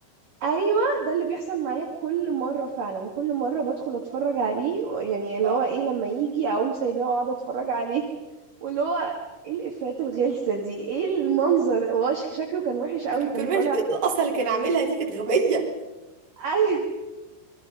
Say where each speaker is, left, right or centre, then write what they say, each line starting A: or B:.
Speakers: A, on the right; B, on the right.
A: ايوه ده اللي بيحصل معايا كل مره فعلا كل مره بدخل اتفرج عليه و- يعني اللي
B: <laughs>
A: هو ايه لما يجي اقوم سايباه واقعد اتفرج عليه <laughs> واللي هو ايه الافيهات الغلسه دي ايه المنظر هو ش- شكله كان وحش قوي
B: شكله
A: كان
B: كان وحش
A: طالع
B: الاصل
A: <laughs>
B: اللي كان عاملها دي كانت غبيه
A: ايوه